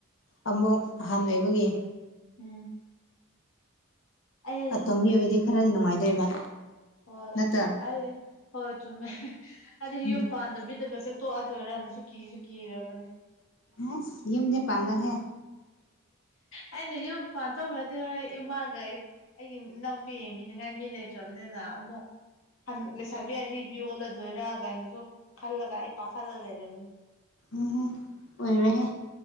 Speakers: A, on the left; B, on the left.
A: ꯑꯃꯨꯛ ꯑꯍꯟ ꯑꯣꯏꯕꯒꯤ
B: ꯎꯝ ꯑꯩ
A: ꯑꯇꯣꯝꯕꯤ ꯑꯣꯏꯗꯤ ꯈꯔꯗꯤ ꯅꯨꯡꯉꯥꯏꯗꯣꯏꯕ
B: ꯍꯣꯏ
A: ꯅꯠꯇ꯭ꯔꯥ
B: ꯑꯩ ꯍꯣꯏ ꯆꯨꯝꯃꯦ ꯑꯗ‌ꯣ
A: ꯎꯝ
B: ꯌꯨꯝ ꯄꯥꯟꯗꯕꯤꯗꯒꯁ‌ꯦ ꯇꯣꯛꯑꯗꯣꯏꯔꯅꯁꯨ ꯀꯤꯁꯨ ꯀꯤꯔꯕꯅꯦ
A: ꯍꯝ ꯌꯨꯝꯗꯤ ꯄꯥꯟꯂꯣꯍꯦ
B: ꯑꯩꯅ ꯌꯨꯝ ꯄꯥꯟꯊꯣꯛꯈ꯭ꯔꯗꯤ ꯏꯃꯥꯒ ꯑꯩꯒꯤ ꯏꯅꯥꯎꯄꯤ ꯌꯦꯡꯕꯤꯅꯤꯡꯉꯥꯏ ꯃꯤ ꯂꯩꯇ꯭ꯔꯕꯅꯤꯅ ꯑꯃꯨꯛ ꯂꯩꯁꯥꯕꯤ ꯑꯔꯤꯕꯤ ꯑꯣꯜꯂꯗꯣꯏꯔꯥ ꯀꯥꯏꯅꯁꯨ ꯈꯜꯂꯒ ꯑꯩ ꯄꯥꯈꯠꯂꯒ ꯂꯩꯔꯕꯅꯦ
A: ꯎꯝꯍꯨꯝ ꯑꯣꯏꯔꯣꯏꯍꯦ